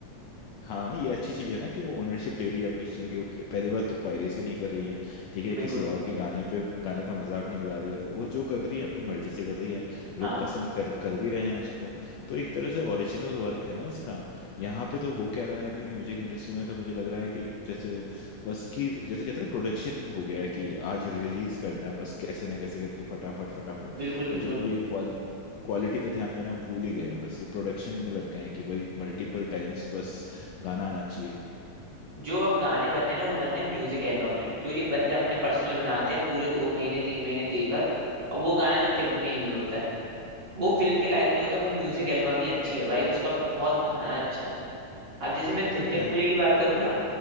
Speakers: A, on the left; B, on the right.
A: हाँ ये अच्छी चीज है ना कि वो ओनरशिप ले रही है अपनी चीजों की वो पहली बात तो पायरेसी नहीं कर रही है ठीक
B: हैं
A: है
B: बिल्कुल
A: किसी और के गाने पे गाने का मजाक नहीं उड़ा रही है वो जो कर रही है अपनी मर्जी से कर रही है लोग
B: हाँ
A: पसंद कर कर भी रहे हैं उसको तो एक तरह से ओरिजिनल वर्क है ना उसका यहाँ पे तो हो क्या रहा है अभी म्यूजिक इंडस्ट्री में तो मुझे लग रहा है कि जैसे बस की जैसे कहते हैं प्रोडक्शन हो गया है कि आज रिलीज करना है बस कैसे ना कैसे करके फटाफट फटाफट
B: बिल्कुल बिल्कुल
A: तो जब ये क्वाल क्वालिटी पे ध्यान देना हम भूल ही गए हैं बस ये प्रोडक्शन में लग गए हैं कि भाई मल्टीपल टाइम्स बस गाना आना चाहिए
B: जो अब गाने बनने हैं ना वो बनने हैं म्यूजिक एल्बम में जो ये बंदे अपने पर्सनल बनाते हैं पूरे दो महीने तीन महीने देकर और वो गाना जब फिल्म में यूज होता है वो फिल्म के लायक नहीं होता वो म्यूजिक एल्बम ही अच्छी है भाई उसका बहुत गाना अच्छा है अब जैसे मैं धिनचक
A: यार
B: पूजा की बात करूँ ना